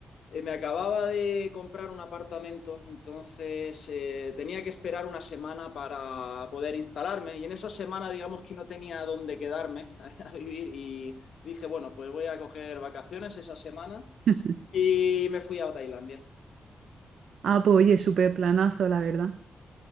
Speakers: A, on the left; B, on the right.
A: eh, me acababa de comprar un apartamento, entonces eh, tenía que esperar una semana para poder instalarme y en esa semana digamos que no tenía dónde quedarme <laughs> a vivir y dije, bueno, pues voy a coger vacaciones esa semana
B: <laughs>
A: y me fui a Tailandia.
B: Ah, pues oye, súper planazo, la verdad.